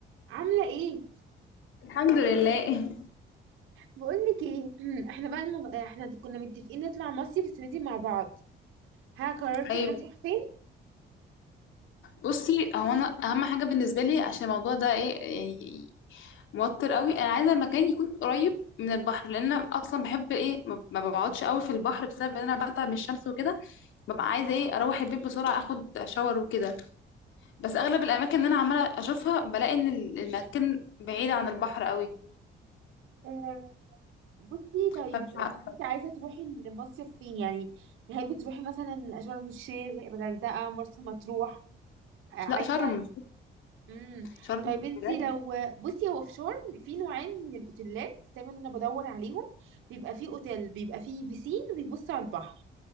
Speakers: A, on the right (about 90°); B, on the left (about 75°).
A: عاملة ايه؟
B: الحمد لله
A: بقولك ايه <clears throat> احنا بقى الم... احنا كنا متفقين نطلع مصيف السنة دي مع بعض ها قررتي
B: ايوه
A: هنروح فين؟
B: بصي هو انا اهم حاجه بالنسبه لي عشان الموضوع ده ايه إيه، موتر قوي انا عايزه مكان يكون قريب من البحر لان انا اصلا بحب ايه ما ما بقعدش قوي في البحر بسبب ان انا بتعب من الشمس وكده ببقى عايزه ايه اروح البيت بسرعه اخد شاور وكده بس اغلب الاماكن اللي انا عماله اشوفها بلاقي ان ال- المكان بعيد عن البحر قوي
A: آه، بصي طيب
B: فمش عارفه
A: انت عايزة تروحي المصيف فين يعني تحبي تروحي مثلا شرم الشيخ الغردقة مرسى مطروح آه، عايزة
B: لا شرم
A: امم
B: شرم
A: طيب انت
B: بجد
A: لو بصي هو في شرم في نوعين من الاوتيلات دايما انا بدور عليهم بيبقى فيه اوتيل بيبقى فيه بيسين وبيبص على البحر